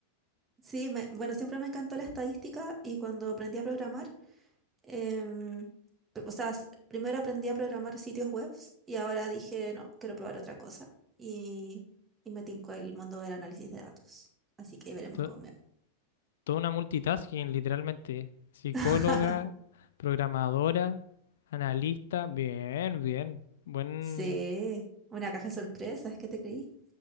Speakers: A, on the right; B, on the left.
A: sí, me- bueno, siempre me encantó la estadística y cuando aprendí a programar, em, pr- o sea, s- primero aprendí a programar sitios web y ahora dije, no, quiero probar otra cosa y, y me tincó el mundo del análisis de datos. Así que ahí veremos
B: To-
A: cómo me va.
B: toda una multitasking, literalmente. Psicóloga,
A: <laughs>
B: programadora, analista. Bien, bien. Buen.
A: Sí, una caja de sorpresas, ¿qué te creí?